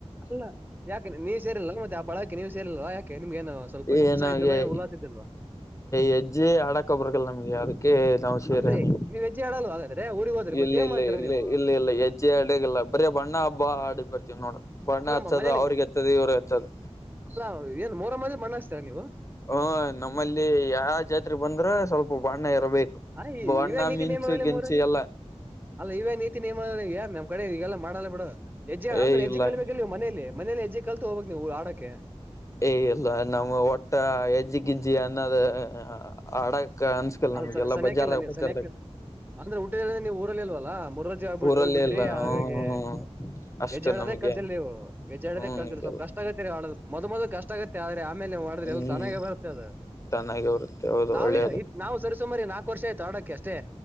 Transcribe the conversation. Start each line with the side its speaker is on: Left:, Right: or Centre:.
Right: ಅಲ್ಲ ಯಾಕೆ ನೀವ್ ಸೇರಿಲ್ ಮತ್ತೆ ಆ ಬಳಕೆ ನೀವು್ ಸೇರಿಲ್ವಾ ಯಾಕೆ ನಿಮ್ಗೇನು ಸ್ವಲ್ಪ
Left: ಈ
Right: ಉತ್ಸಾಹ
Left: ನಮ್ಗೆ
Right: ಇದ್ದಿಲ್ವಾ ಏನು ಉಲ್ಲಾಸ ಇದ್ದಿಲ್ವಾ
Left: ಹೆಜ್ಜೆ ಹಡಕಬರ್ಲ್ಲ ನಮ್ಗೆ ಅದಕ್ಕೆ ನಾವ ಸರಿ
Right: ಅಂದ್ರೆ
Left: ನೀ
Right: ನೀವ್ ಹೆಜ್ಜೆ ಆಡಲ್ವಾ ಹಾಗಾದ್ರೆ ಊರಿಗೆ ಹೋದ್ರೆ ಮತ್ತೆ
Left: ಇಲ್ಲ
Right: ಏನ್
Left: ಇಲ್ಲ
Right: ಮಾಡ್ತೀರಾ
Left: ಇ
Right: ನೀವು
Left: ಇಲ್ಲ ಇಲ್ಲ ಹೆಜ್ಡಲ್ಲ ಬರಿ ಬಣ್ಣ ನ ಬಾಡ್ ಬರ್ತೀವ್ ನೋಡು ಬಣ್ಣ
Right: ಅಲ್ಲ
Left: ಹಚ್ಚದ
Right: ಮ- ಮನೇಲಿ
Left: ಅವ್ರಿಗೆ ಹಚ್ಚದ ಇವ್ರಿಗೆ ಹಚ್ಚದು
Right: ಅಲ್ಲ ಏನ್ ಮೋರ ಮದ ಮಣ್ಣ ಹ್ತಾರ ನೀವು
Left: ಹ್ಮ ನಮ್ಮಲ್ಲಿ ಯಾವ ಜಾತ್ರೆ ಬಂದ್ರೆ ಸ್ವಲ್ಪ ಬಣ್ಣ ಇರಬೇಕು
Right: ಹ ಈ
Left: ಬಣ್ಣ
Right: ಇವ್ಯ ನೀತಿ
Left: ಮಿಂಚು
Right: ನಿಯಮಳಿ
Left: ಗಿಂಚು
Right: ಮೂೋರ
Left: ಎಲ್ಲ
Right: ಅಲ್ಲ ಇವ್ಯ ನೀತಿ ನಿಯಮಿಗೆ ಯಾರ ನಮ ಕಡೆ ಈಗಲ್ಲ ಮಾಡಲ್ಲ ಬಿಡಜ್ಜ ಅಂದ್ರೆಜ್ಜಿ
Left: ಏ ಇಲ್ಲ
Right: ಕಲಿಬೇಕಲ್ವ ಮನೇಲಿ ಮನೇ ಎಜ್ಜ ಕಲ್ತ ಹೋಗ್ಬೇಕಕ್ ನೀವುರು ಆಡೋಕ್ಕೆ
Left: ಏ ಇಲ್ಲ ನಮ್ ಒಟ್ಟ ಹೆಜ್ಜಿ ಗಿಜ್ಜಿ ಅನ್ನದ ಅಡ ಅನ್ಸ್ಕಲ್
Right: ಅ
Left: ನಮಗೆಲ್ಲ
Right: ಸನ್ಯಕ್ಕಿಲ್ಲ
Left: ಬಜಾರ್ದಾಗ
Right: ನೀವು
Left: ಬಜಾರ್ದಾಗ
Right: ಸನ್ಯಕ್ಕಿಲ್ಲ ಅಂದ್ರೆ ಊಟಿದ ನೀವು ಊರಲ್ಲಿ ಇಲ್ವಲ್ಲ ಮುರ್ರಜೆ ಆಗ್ಬಿಟ್ಟ
Left: ಊರಲ್ಲೇ
Right: ಹೋಗ್ಬಿಟ್ರಿ
Left: ಇಲ್ಲ
Right: ಹಾಗಾಗಿ
Left: ಹ್ಮ್ ಅಷ್ಟ
Right: ಹೆಜ್ಜೆ ಹೇಳದೆ
Left: ನಮ್ಗೆ
Right: ಕಲ್ತಿ ನೀವು ಎಜಡ
Left: ಹ್ಮ್
Right: ಕಲ್
Left: ನಿಗೆಲ್ಲ
Right: ಸ್ವಲ್ಪ ಕಷ್ಟ ಆಗ ಮೊ ಮೊದಲು ಕಷ್ಟ ಆಗೆ ಆದ್ರೆ ಆಮೇಲೆ ಮಾಡಿದ್ರೆ
Left: ಹ್ಮ್
Right: ಎಲ್ಲ ತನಾಗೆ ಬರುತ್ತೆ ಅದ
Left: ಚೆನ್ನಾಗಿ ಬರುತ್ತೆ ಹೌದು
Right: ನಾವೀಗ
Left: ಒಳ್ಳೇದು
Right: ನಾ ಸರಿಸುಮಾರಿ ನಾಕ ವರ್ ಆಯ್ತ ಆಡೋಕ್ಕೆ ಅಷ್ಟೇ